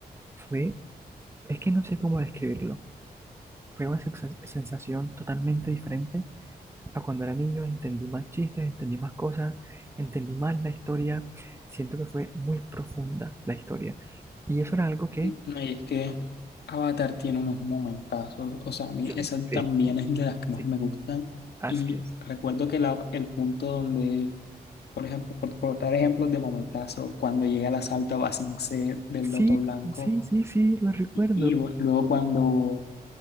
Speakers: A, on the right; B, on the left.
A: Fue, es que no sé cómo describirlo. Fue una sexa- sensación totalmente diferente a cuando era niño. Entendí más chistes, entendí más cosas, entendí más la historia. Siento que fue muy profunda la historia. Y eso era algo que...
B: Mm, No, y es que Avatar tiene unos momentazos, o sea, a mí
A: Sí,
B: esa
A: sí,
B: también
A: sí,
B: es de las que
A: sí,
B: más me gustan.
A: así
B: Y
A: es.
B: recuerdo que la- el punto donde, por ejemplo, por, por dar ejemplos de momentazo, cuando llega el asalto a Ba Sing Se del
A: Sí,
B: Loto Blanco,
A: sí, sí, sí, lo recuerdo.
B: y, y lu- luego cuando